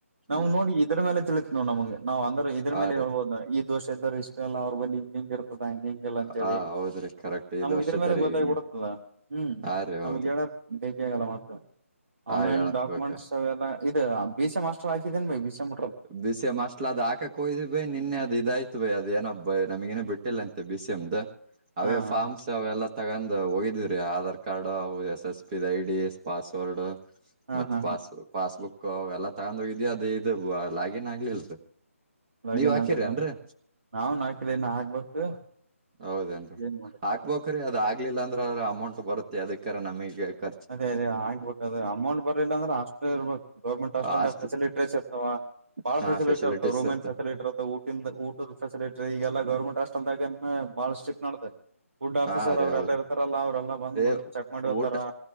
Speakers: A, on the right; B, on the right.
A: ನಮ್ಗ್
B: ಹ್ಮ್
A: ನೋಡಿ ಇದ್ರ ಮೇಲೆ ತಿಳಿತತಿ ನೋಡ್ ನಮಗೆ ಅಂದ್ರ ಇದ್ರ
B: ಹಾ
A: ಮೇಲೆ
B: ರೀ
A: ಹೇಳ್ಬಹುದು ಹಾಕಿ ದೋಷ ಇದ್ದರು ಇಷ್ಟ ಎಲ್ಲಾ ಅವ್ರ ಬಳಿ <unintelligible> <unintelligible> <unintelligible> ಅಂತೇಳಿ
B: ಹಾ ಹೌದ್ರಿ ಕರೆಕ್ಟ್ ಇದ್
A: ನಮ್ಗ
B: ವರ್ಷದಾರಿ
A: ಇದ್ರ ಮೇಲೆ ಗೊತ್ತಾಗಿಬಡುತ್ತಲ್ಲ
B: ಹಿಂಗ
A: ಹ್ಮ್
B: ಹಾ ರೀ
A: ನಮ್ಗ್
B: ಹೌದು
A: ಹೇಳ ಬೇಕ ಆಗಲ್ಲ ಮತ್ತೆ
B: ಹಾ
A: ಆನ್ಲೈನ್
B: ಹೇಳಕ್
A: ಡಾಕ್ಯುಮೆಂಟ್ಸ್
B: ಬೇಕ
A: ಲ್ಲ ಇದು ಬಿಸಿಎಮ್ ಹಾಸ್ಟೆಲ್ ಹಾಕಿದೀನ್ ಬೈ ಬಿ ಸೇಮ್
B: ಬಿಸಿಎಂ ಹಾಸ್ಟೆಲ್ ಅದ ಹಾಕಕ್ ಹೋಯ್ದೋ ಬೈ ನಿನ್ನೆ ಅದ ಇದಯ್ತ ಬೈ ಅದೇನೋಪ ನಮಗೇನೋ ಬಿಟ್ಟಿಲ್ಲ ಅಂತೆ ಬಿಸಿಎಂ ದು. ಅವೇ
A: ಹಾ ಹಾ
B: ಫಾರ್ಮ್ಸ್ ಅವೆಲ್ಲ ತಗೊಂಡ್ ಹೋಗಿದೀವಿ ರೀ ಆಧಾರ್ ಕಾರ್ಡ್ ಅವು ಎಸ್ ಎಸ್ ಪಿದು ಐಡಿ <unintelligible> ಪಾಸ್ವರ್ಡ್.
A: ಹಾ
B: ಮತ್ತೆ
A: ಹಾ
B: ಪಾಸ್
A: ಹಾ
B: ಪಾಸ್ಬುಕ್ ಅವ ಎಲ್ಲಾ ತಗೊಂಡ ಹೋಗಿದೀವಿ ಅದ ಇದು ಲಾಗಿನ್ ಆಗ್ಲಿಲ್ರಿ.
A: ಲಾಗಿನ್
B: ನೀವ್ ಹಾಕಿರೇನ್ರಿ
A: ಅಗ್ಲಿಲ್ಲಾ ನಾವು ನಾಲ್ಕನೋ ಹಾಕ್ಬೇಕು.
B: ಹೌದೇನ್ರಿ
A: ಏನ್ ಮಾಡ್ತ
B: ಹಾಕ್ಬೇಕ್ರಿ ಅದ ಆಗ್ಲಿಲ್ಲ ಅಂದ್ರ ಅದರ ಅಮೌಂಟ್ ಬರುತ್ತೆ ಯದ್ದಕಾರ ನಮಗೆ ಖ
A: ಅದೇ ಅದೇ ಹಾಕ್ಬೇಕು ಅದೇ ಅಮೌಂಟ್ ಬರ್ಲಿಲ್ಲ ಅಂದ್ರ ಹಸ್ಟೆಲ್ ಇರ್ಬೇಕು ಗರ್ಮೆಂಟ್ ಹಸ್ಟೆಲ್
B: ಹಾಸ್ಟ್ಲ್
A: ಫೆಸಿಲಿಟೇಸ್ ಇರ್ತವಲ್ಲಾ. ಬಾಳ
B: ಹಾ
A: ಫೆಸಿಲಿಟಿವ್
B: ಫೆಸಿಲಿಟೀಸ್
A: ಇರ್ತಾವ ರೋಮೆನ್
B: ಇರ್ತ
A: ಫಸಿಲಿಟವ್ <unintelligible> ಊಟದ ಫೆಸಿಲಿಟಿ ಈಗೆಲ್ಲ ಗೌರ್ಮೆಂಟ್ ಹಾಸ್ಟೆಲ್ದಾಗ ಬಾಳ ಸ್ಟಿಕ್ ನಡ್ದದೆ. ಫುಡ್ ಆಫೀಸರ್
B: ಹಾ ರೀ
A: ಅವ್ರರೆಲ್ಲ
B: ಹೌದು
A: ಇರ್ತಾರಲ್ಲ ಅವರೆಲ್ಲ ಬಂದು
B: ಏ
A: ನೋಡಿ ಚೆಕ್ ಮಾಡಿ ಹೋಗ್ತಾರಾ.
B: ಊಟ